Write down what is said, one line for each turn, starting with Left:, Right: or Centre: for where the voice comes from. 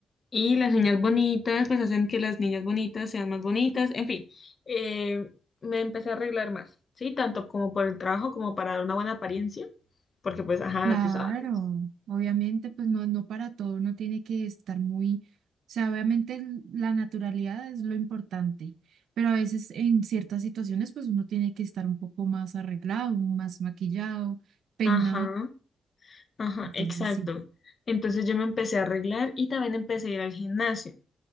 Left: Y las niñas bonitas, pues hacen que las niñas bonitas sean más bonitas. En fin, eh, me empecé a arreglar más, ¿sí? Tanto como por el trabajo como para dar una buena apariencia. Porque pues, ajá,
Right: Claro,
Left: tú sabes.
Right: obviamente, pues no, no para todo, uno tiene que estar muy, o sea, obviamente el- la naturalidad es lo importante, pero a veces en ciertas situaciones, pues uno tiene que estar un poco más arreglado, más maquillado, peinado,
Left: Ajá. Ajá,
Right: entonces
Left: exacto.
Right: sí,
Left: Entonces yo me empecé a arreglar y también empecé a ir al gimnasio.